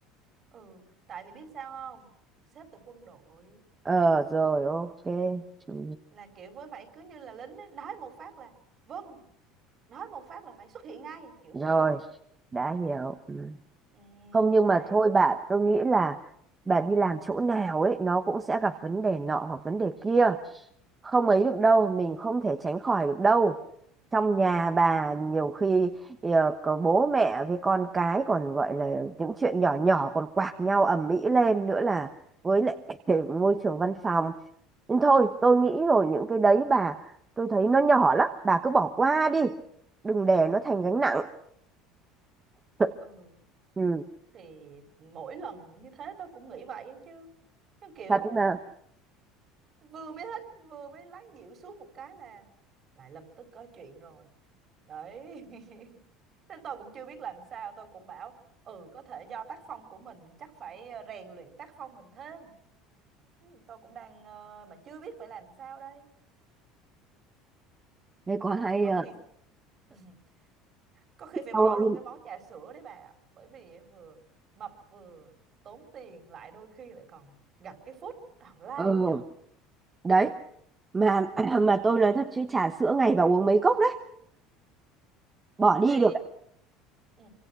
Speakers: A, on the right; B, on the right.
A: ừ tại vì biết sao không sếp từ quân đội
B: Ờ rồi ok. Ừ.
A: là kiểu với phải cứ như là lính ấy, nói một phát là vâng nói một phát là phải xuất hiện ngay kiểu
B: Rồi,
A: thế
B: đã hiểu. Ừ.
A: ừ
B: không nhưng
A: đấy
B: mà thôi bạn tôi nghĩ là bạn đi làm chỗ nào ấy nó cũng sẽ gặp vấn đề nọ hoặc vấn đề kia không ấy được đâu mình không thể tránh khỏi được đâu trong nhà bà nhiều khi ờ, có bố mẹ với con cái còn gọi là những chuyện nhỏ nhỏ còn quạc nhau ầm ĩ lên nữa là với lại <laughs> môi trường văn phòng nhưng thôi tôi nghĩ rồi những cái đấy bà tôi thấy nó nhỏ lắm bà cứ bỏ qua đi đừng để nó thành gánh nặng <laughs>
A: ừ
B: ừ
A: thì mỗi lần như thế tôi cũng nghĩ vậy chứ nó kiểu
B: thật mà
A: vừa mới hết vừa mới lắng dịu xuống một cái là lại lập tức có chuyện rồi đấy <laughs> nên tôi cũng chưa biết làm sao tôi cũng bảo ừ có thể do tác phong của mình chắc phải ờ, rèn luyện tác phong mình thêm Ừ, tôi cũng đang ờ, mà chưa biết phải làm sao đây
B: Thế có hay
A: có
B: à.
A: khi <laughs> có khi phải
B: Đau
A: bỏ
B: không?
A: luôn cái món trà sữa đấy bà ạ. bởi vì á, vừa mập vừa tốn tiền lại đôi khi lại còn gặp cái phút tào lao
B: Ừ,
A: ấy nhở
B: đấy. Mà <clears throat> mà tôi nói thật chứ trà sữa ngày bà uống mấy cốc đấy. Bỏ đi
A: thì
B: được đấy.
A: ừ